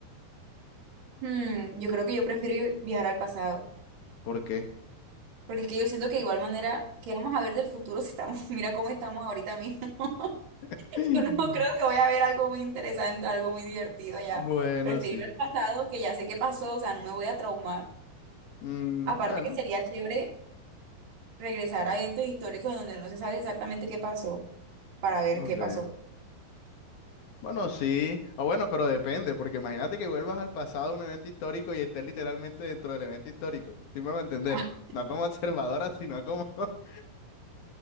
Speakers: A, on the right; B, on the left.
A: Hmm, yo creo que yo prefiero viajar al pasado,
B: ¿Por qué?
A: porque es que yo siento que de igual manera, ¿qué vamos a ver del futuro si estamos, <laughs> mira cómo estamos ahorita mismo? <laughs>
B: <laughs>
A: Yo no creo que voy a ver algo muy interesante, algo muy divertido allá.
B: Bueno,
A: Prefiero
B: sí.
A: ir al pasado, que ya sé qué pasó, o sea, no me voy a traumar.
B: Mm,
A: Aparte
B: bueno,
A: que sería chévere regresar a eventos históricos donde no se sabe exactamente qué pasó, para ver
B: ok.
A: qué pasó. <laughs>
B: Bueno, sí. O bueno, pero depende, porque imagínate que vuelvas al pasado a un evento histórico y estés literalmente dentro del evento histórico. Sí me va a entender.
A: Ah,
B: No como observadora, sino como... <laughs>